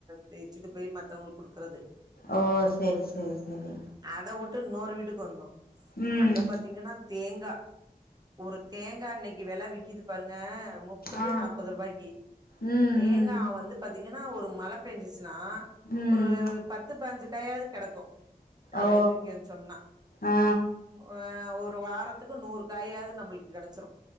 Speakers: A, on the right; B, on the left.
A: பிச்சிட்டு போய் மத்தவங்களுக்கு குடுக்குற்து
B: ஓ செரி செரி செரி
A: அத வுட்டு ன்னொரு வீட்டுக்கு வந்தோ
B: ம்
A: அங்க பாத்தீங்கன்னா தேங்கா ஒரு தேங்கா இன்னிக்கி வெல விக்கிது பாருங்க முப் முப்பது
B: ஆ
A: நாப்பது ரூபாய்க்கி
B: ம்
A: தேங்கா
B: ம்
A: வந்து பாத்தீங்கன்னா ஒரு மழ பெஞ்சுச்சுன்னா
B: ம்
A: ஒரு பத்து பதினஞ்சி காயாவ்து கெடக்கு காலைல்
B: ஓ
A: தூங்கி என்ச்சோம்னா
B: ஆ
A: ஆ ஒரு வாரத்துக்கு நூறு காயாவ்து நம்பளுக்கு கெடச்சிரு